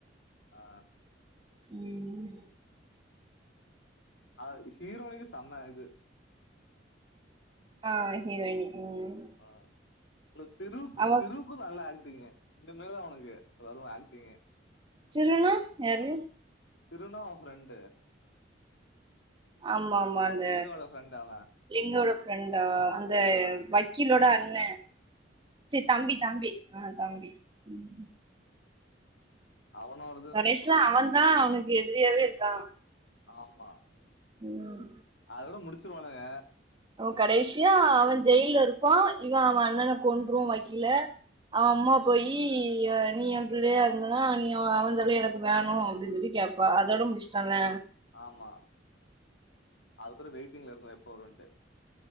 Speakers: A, on the left; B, on the right.
A: ஆ
B: ம்
A: ஆ ஹீரோயினுக்கு சம்ம இது
B: கா ஹீரோயிணி ம்
A: ஆ இல்ல திருவுக்கு
B: அவ
A: திரு கு நல்ல ஆக்டிங்கு இந்த மாதிரி தா அவனுக்கு வரு ஆக்டிங்கு
B: திருனா யாரு
A: திருனா உ ஃப்ரெண்டு
B: ஆமா ஆமா அந்த
A: திருவோட ஃப்ரெண்ட் அவ
B: லிங்கோட ஃப்ரெண்ட்டு அந்த
A: ஆ
B: வக்கீலோட அண்ண சரி தம்பி தம்பி ஆ தம்பி ம்
A: அவனோடது
B: கடைசில
A: சூப்பரா இருக்கு
B: அவ தா அவனுக்கு எதிரியாவே இருக்கா
A: ஆமா
B: ம்
A: அதோட முடிச்சுருவானுங்க
B: அவ கடைசியா அவ ஜெயில்ல இருப்பா இவ அவ அண்ணன கொன்றுவா வக்கீல அவ அம்மா போயி எ நீ புள்ளேயா இருந்தனா நீயோ அவன் தல எனக்கு வேணு அப்டின்னு சொல்லி கேப் பா அதோடு முடிச்சிட்டாங்கள
A: ஆமா அதுக்கப்ற வெயிட்டிங்ல இருக்கு எப்போ வருந்ட்டு